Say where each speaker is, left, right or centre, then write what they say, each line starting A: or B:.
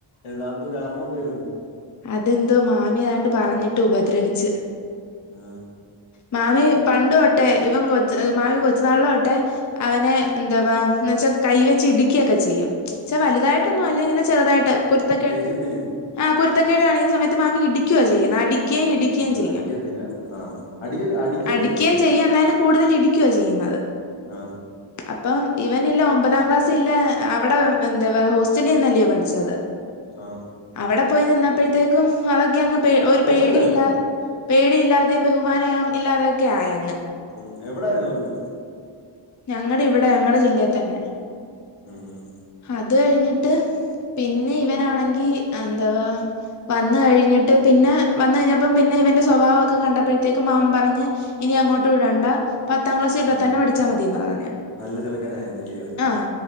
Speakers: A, on the left; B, on the left.
A: അത് എന്ത് കാരണം എന്തുവായിരുന്ന്?
B: അതെന്തോ മാമി ഏതാണ്ട് പറഞ്ഞിട്ട് ഉപദ്രവിച്ച്
A: ആഹ്
B: മാമൻ പണ്ട് തോട്ടെ ഇവൻ കൊച്ച മാമൻ കൊച്ചു നാളിലെ തൊട്ടെ അവനെ എന്തുവാ എന്ന് വെച്ചാ കൈവെച്ച് ഇടുക്കിവൊക്കെ ചെയ്യും എന്ന് വെച്ച വലുതായിട്ടൊന്നും അല്ല ഇങ്ങനെ ചെറുതായിട്ട് കുരുത്ത കേ
A: ചെയ്തിന്
B: കുരുത്തക്കേട് കാണിക്കുന്ന സയത്ത് മാമി ഇടിക്കുവ ചെയ്യ്ന്നെ അടിക്കേം ഇടിക്കേം
A: ഉം
B: ചെയ്യും
A: അടിക്കത്തില്ല ആഹ് അടിക്ക അടിക്കുകയും
B: അടിക്കേം
A: ചെയ്യില്ലയോ
B: ചെയ്യ എന്നാലും കൂടുതൽ ഇടിക്കുവ ചെയ്യുന്നത്.
A: ആഹ്
B: അപ്പം ഇവനില്ലെ ഒമ്പതാം ക്ലാസ്സില്ലെ അവിടെ എന്തുവാ ഹോസ്റ്റലിൽ നിന്നല്ലയോ പഠിച്ചത്?
A: ആഹ്
B: അവിടെ പോയി നിന്നപ്പഴത്തേക്കും അതൊക്കെ അങ്ങ് പേ ഒരു
A: ഹോസ്റ്റലിലായിരുന്നോ
B: പേടിയില്ലാ പേടിയില്ലാതെയും ബഹുമാനം ഇല്ലാതയൊക്കെ ആയങ്ങ്
A: ഉം എവിടായിരുന്ന് അത്?
B: ഞങ്ങടെ ഇവിടെ ഞങ്ങടെ ജില്ലയി തന്നെ
A: ഉം ഉം
B: അത് കഴിഞ്ഞിട്ട് പിന്നെ ഇവനാണെങ്കി എന്തുവാ വന്ന് കഴിഞ്ഞിട്ട് പിന്നെ വന്ന് കഴിഞ്ഞ പ്പം പിന്നെ ഇവന്റെ സ്വഭാവം ഒക്കെ കണ്ടപ്പെഴത്തേക്കും മാമൻ പറഞ്ഞ് ഇനി അങ്ങോട്ട് വിടണ്ട പത്താം ക്ലാസ് ഇവിടെ
A: ഉം
B: തന്നെ പഠിച്ചാ മതീന്ന് പറഞ്ഞ്
A: നല്ല ചെറുക്കനായിരുന്നു ഇല്ലിയോ?
B: ആഹ്